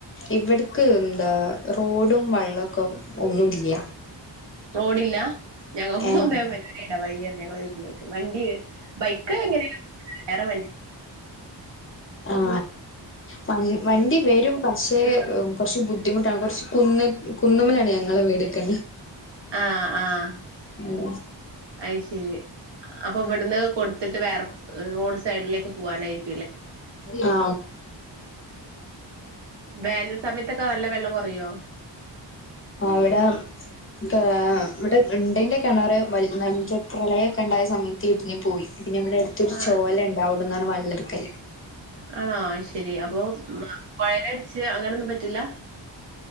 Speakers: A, on the left (about 30°); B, on the right (about 70°).
A: ഇവിടക്ക് എന്താ റോഡും വള്ളൊക്കെ ഒന്നും ഇല്യ.
B: റോഡില്ല ഞങ്ങക്ക്
A: ഏഹ്
B: ഇതേ മാതിരിയെന്നെ ഒരിട വഴിയ ഞങ്ങളെ വീട്ടില് വണ്ടി ബൈക്ക് എങ്ങനെയ വേറെ വണ്ടി
A: ആ വ വണ്ടി വരും പക്ഷേ
B: വെള്ളം
A: കുറച്ചു ബുദ്ധിമുട്ടാണ് കുറച്ച് കുന്ന കുന്നമ്മലാണ് ഞങ്ങളെ വീടക്കെ
B: ആ ആ
A: ഉം
B: അയ് ശരി അപ്പൊ ഇവിടുന്ന് കൊടുത്തിട്ട് വേറെ റോഡ് സൈഡിലേക്ക് പോവാനായിരി
A: ആ
B: വേനൽ സമയത്തൊക്കെ നല്ല വെള്ളം കുറയോ
A: ആ അവിടെ ഇ ഇവിടെ ഇണ്ടേൻ്റെ കിണറ് വ പ്രളയക്കെ ഉണ്ടായ സമയത്ത് ഇടിഞ്ഞ് പോയി പിന്നെ ഇവ്ടെ അടുത്തൊരു
B: ആഹ്
A: ചോല ഇണ്ട് അവിടുന്നാണ് വള്ളട്ക്കൽ
B: ആണോ അയ്ശെരി അപ്പൊ കൊഴലടിച്ച് അങ്ങനൊന്നും പറ്റില്ല